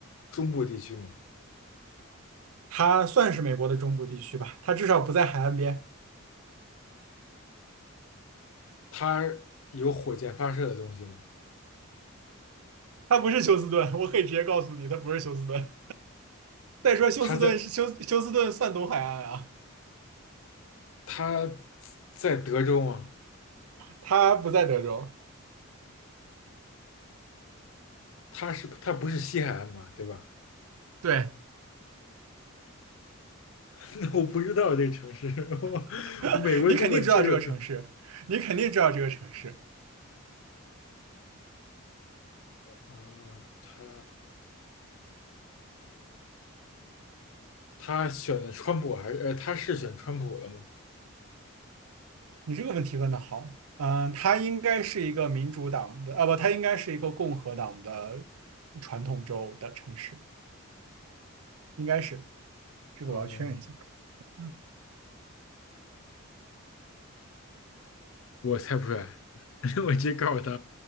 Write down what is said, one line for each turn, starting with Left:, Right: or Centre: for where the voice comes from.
Left: 中部地区吗？
Right: 他算是美国的中部地区吧，他至少不在海岸边，
Left: 它有火箭发射的东西吗？
Right: 他不是休斯顿，我可以直接告诉你，他不是休斯顿。再说休斯顿是休休斯顿算东海岸啊，
Left: 它在它在德州吗？
Right: 他不在德州，
Left: 他是他不是西海岸嘛，对吧？
Right: 对，
Left: <laughs> 那我不知道这个城市，<laughs> 我我美国就我舅是
Right: <laughs> 你肯定知道这个城市，你肯定知道这个城市。
Left: 呃，他他选的川普还是呃，他是选川普的吗？
Right: 你这个问题问的好，嗯，它应该是一个民主党的，啊不，它应该是一个共和党的传统州的城市，应该是，这个我要确认一下。
Left: 嗯，
Right: 嗯，
Left: 我猜不出来，<laughs> 我直接告诉他，